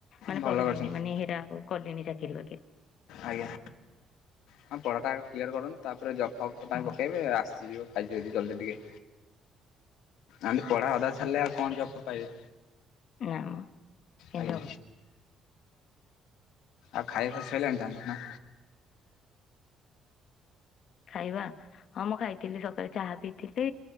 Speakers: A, on the left; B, on the left.
A: ମାନେ
B: ଭଲ
A: ପଢିଲିନି
B: କରିଛନ୍ତି
A: ମାନେ ହେଟାଉ କଲିନି ଚାକିରି ବାକିରି
B: ଆଜ୍ଞା ହଁ ପଢା ଟା କ୍ଲିୟର କରନ୍ତୁ ତାପରେ ଜବ୍ ଫବ୍ ପାଇଁ
A: ହଁ
B: ପକେଇବେ ଆସିଯିବ। <unintelligible> <unintelligible> ଟିକେ ଆନ୍ତି ପଢା ଅଧା ସାରିଲେ ଆଉ କଣ କି ଅଫର ପାଇବେ।
A: ନାମ କେନ୍ତି
B: ଆଜ୍ଞା।
A: ହବ।
B: ଆଉ ଖାଇବା ଶଇଲାନି ନା।
A: ଖାଇବା ହଁ ମୁଁ ଖାଇଥିଲି ସକାଳେ ଚାହା। ପିଥିଲି